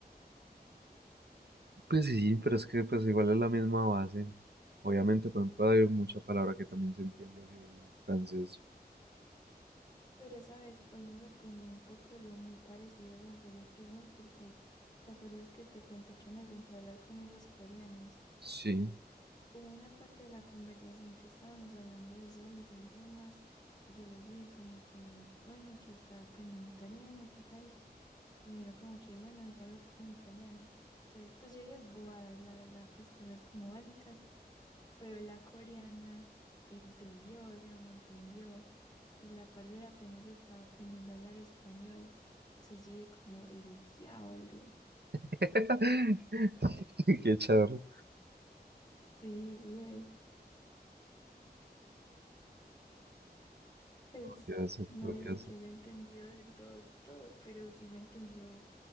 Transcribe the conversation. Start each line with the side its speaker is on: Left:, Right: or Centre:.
Right: pues sí, pero es que pues igual es la misma base. Obviamente, por ejemplo, hay mucha palabra que también se entiende así el francés.
Left: Pero, sabes, hoy me sorprendió un poco lo muy parecidos en serio que son, porque ¿te acuerdas que te conté que me senté a hablar con esos coreanos?
Right: Sí.
Left: hubo una parte de la conversación que estábamos hablando de eso de los idiomas y yo les dije como que, bueno, que estaba aprendiendo italiano, qué tales, y me dijeron como que, bueno, di algo en italiano. Entonces, pues yo dije bobadas, la verdad, pues cosas como básicas, pero la coreana entendió, o sea, me entendió, y la parcera apenas estaba aprendiendo a hablar español. Entonces yo dije como, el diablo.
Right: <laughs> Qué charro.
Left: Sí, sí, ves. Pues
Right: Curioso,
Left: no
Right: curioso.
Left: digo que haya entendido del todo todo, pero sí me entendió